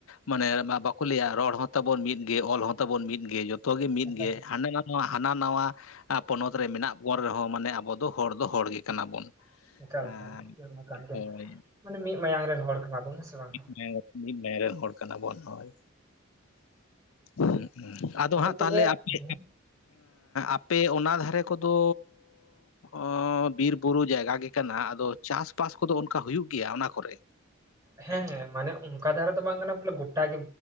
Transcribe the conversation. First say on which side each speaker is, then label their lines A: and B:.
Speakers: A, on the left; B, on the right.
A: ᱢᱟᱱᱮ ᱵᱟᱠᱚ ᱞᱟᱹᱭᱟ ᱨᱚᱲ ᱦᱚᱸ ᱛᱟᱵᱚᱱ ᱢᱤᱫᱜᱮ ᱚᱞ ᱦᱚᱸ ᱛᱟᱵᱚᱱ ᱢᱤᱫᱜᱮ ᱡᱚᱛᱚᱜᱤ ᱢᱤᱫᱜᱮ
B: ᱮᱠᱟᱞ
A: ᱦᱟᱸᱱᱮ ᱱᱚᱣᱟ ᱦᱟᱱᱟ ᱱᱟᱣᱭᱟ ᱯᱚᱱᱚᱛ ᱨᱮ ᱢᱮᱱᱟᱜ ᱵᱚᱱ ᱨᱮᱦᱚᱸ ᱢᱟᱱᱮ ᱟᱵᱚ ᱫᱚ ᱦᱚᱲ ᱫᱚ ᱦᱚᱲ ᱜᱮ ᱠᱟᱱᱟ ᱵᱚᱱ᱾
B: ᱮᱠᱟᱞ
A: ᱦᱮᱸ
B: ᱮᱠᱟᱞ ᱠᱟᱱ ᱜᱮᱭᱟ
A: ᱦᱳᱭ
B: ᱢᱟᱱᱮ ᱢᱤᱫ ᱢᱟᱭᱟᱝ ᱨᱮᱱ ᱦᱚᱲ ᱠᱟᱱᱟ ᱵᱚᱱ ᱦᱮᱸ ᱥᱮ ᱵᱟᱝ
A: ᱢᱤᱫ ᱢᱟᱭᱟᱝ ᱢᱤᱫ ᱢᱟᱭᱟᱝ ᱨᱮᱱ ᱦᱚᱲ ᱠᱟᱱᱟ ᱵᱚᱱ ᱦᱳᱭ <unintelligible> ᱟᱫᱚ ᱦᱟᱸᱜ
B: ᱛᱚᱵᱮ
A: ᱛᱟᱦᱚᱞᱮ ᱟᱯᱮ
B: ᱦᱮᱸ
A: ᱟᱯᱮ ᱚᱱᱟ ᱫᱷᱟᱨᱮ ᱠᱚᱫᱚ ᱚᱸ ᱵᱤᱨ ᱵᱩᱨᱩ ᱡᱟᱭᱜᱟ ᱜᱮ ᱠᱟᱱᱟ ᱟᱫᱚ ᱪᱟᱥᱵᱟᱥ ᱠᱚᱫᱚ ᱚᱱᱠᱟ ᱦᱩᱭᱩᱜ ᱜᱮᱭᱟ ᱚᱱᱟ ᱠᱚᱨᱮ?
B: ᱦᱮᱸ ᱦᱮᱸ ᱢᱟᱱᱮ ᱟᱝᱠᱟ ᱫᱷᱟᱨᱟ ᱫᱚ ᱵᱟᱝ ᱠᱟᱱᱟ ᱵᱚᱞᱮ ᱜᱚᱴᱟ ᱜᱮ